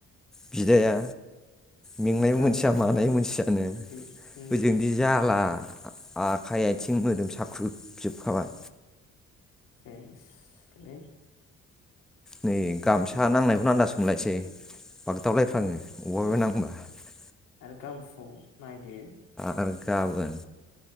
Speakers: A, in the centre; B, on the left.
A: बिदाया मेंनाय
B: जारलाथार
A: मोनथिया मानाय मोनसियानो
B: बे उम
A: ओजोंदि जाला आखाइ आथिं मोदोम साख्रुबजोबखाबाय
B: सेसलै
A: नै गामसा नांनायखौनो आन्दास मोनलायसै बागदावलायफङो
B: उम
A: अबावहाबाय नांगौ <unintelligible> <inaudible>
B: आरो गाम फुं नायदो
A: आरो गाबोन